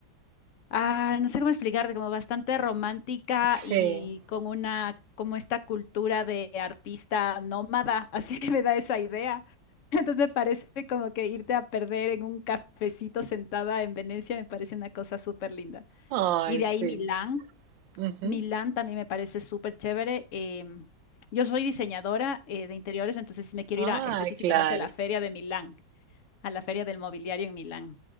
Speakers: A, on the left; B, on the right.
A: Ah, no sé cómo explicarte, como bastante romántica
B: Sí.
A: y con una, como esta cultura de artista nómada, <laughs> así me da esa idea. Entonces parece como que irte a perder en un cafecito sentada en Venecia me parece una cosa súper linda.
B: Ay,
A: Y de
B: sí.
A: ahí Milán,
B: Ujú.
A: Milán también me parece súper chévere. em, yo soy diseñadora eh, de interiores, entonces me quiero
B: Ah,
A: ir a, específicamente
B: claro.
A: a la feria de Milán, a la feria del mobiliario en Milán.